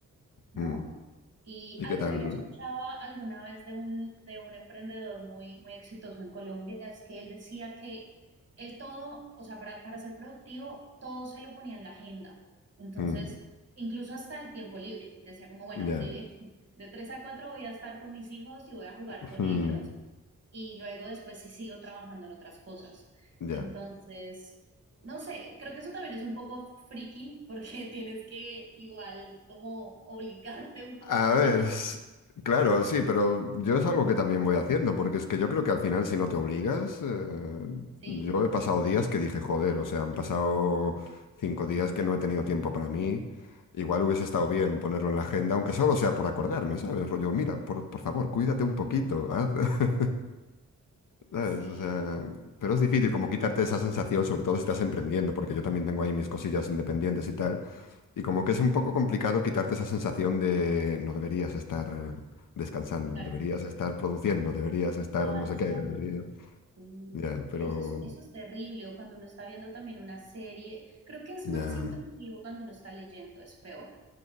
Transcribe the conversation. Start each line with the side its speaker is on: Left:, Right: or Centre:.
Right: ¿no?
Left: mm.
Right: Y
Left: ¿Y
Right: algo
Left: qué tal?
Right: que yo escuchaba alguna vez de un, de un emprendedor muy, muy exitoso en Colombia es que él decía que él todo, o sea, para, para ser productivo, todo se lo ponía en la agenda. Entonces,
Left: Mm,
Right: incluso hasta el tiempo libre. Decía como, bueno,
Left: ya.
Right: de, <laughs> de 3 a 4 voy a estar con mis hijos y voy a jugar
Left: mm,
Right: con ellos y luego después sí sigo trabajando en otras cosas.
Left: ya.
Right: Entonces, no sé, creo que eso también es un poco friki porque <laughs> tienes que igual como obligarte un poco
Left: A ver,
Right: a... te-
Left: s- claro, sí, pero yo es algo que también voy haciendo, porque es que yo creo que al final si no te obligas, eh,
Right: Sí,
Left: yo he pasado días que dije, joder, o sea, han pasado cinco días que no he tenido tiempo para mí, igual hubiese estado bien ponerlo en la agenda, aunque solo sea por acordarme, ¿sabes? Rollo, mira, por, por favor, cuídate un poquito, haz". <laughs> ¿Sabes?
Right: sí,
Left: O sea, pero es difícil como quitarte esa sensación, sobre todo si estás emprendiendo, porque yo también tengo ahí mis cosillas independientes y tal. Y como
Right: ujú,
Left: que es un poco complicado quitarte esa sensación de no deberías estar descansando,
Right: claro,
Left: deberías estar produciendo, deberías estar
Right: avanzando.
Left: no sé qué, deberías.
Right: sí.
Left: Ya, pero
Right: Eso es, eso es terrible o cuando uno está viendo también una serie. Creo que es
Left: ya.
Right: más intrusivo cuando uno está leyendo, es peor.